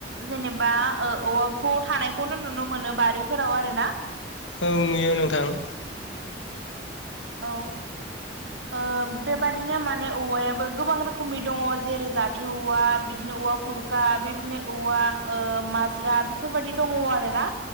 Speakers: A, on the right (about 75°); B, on the left (about 75°).
A: जेनेबा आ ओ औवाखौ थानायखौनो नुनो मोनो बारिफोराव आरो ना
B: औ नुयो नोंथां।
A: औ ओ बेबादिनो माने औवायाबो गोबां रोखोमनि दङ जेरै जाथि औवा बिदि नो औवा भुरखा बेबायदिनो औवा ओ माज्रा बेफोरबायदि दङ आरो ना?